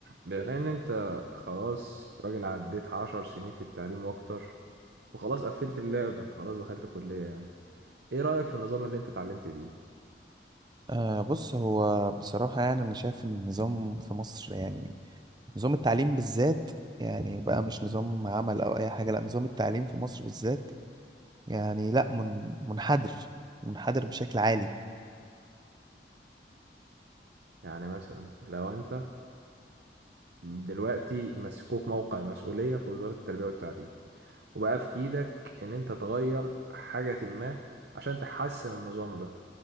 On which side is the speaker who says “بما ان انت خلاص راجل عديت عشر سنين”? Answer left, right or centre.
Right